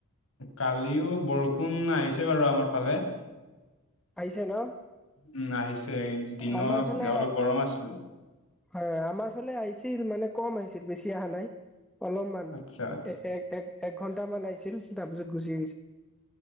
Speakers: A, on the left; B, in the centre.
A: কালিও বৰষুণ আহিছে বাৰু আমাৰ ফালে।
B: আহিছে ন?
A: উম আহিছে। দিনত
B: আমাৰ ফালে
A: অলপ গৰম আছিল।
B: হয় আমাৰ ফাল- লে আহিছিল মানে কম আহিছিল বেছি অহা নাই। অলপমান
A: আচ্ছা, আচ্ছা।
B: এক এক ঘন্টা মান আহিছিল তাৰপিছত গুচি গৈছিল।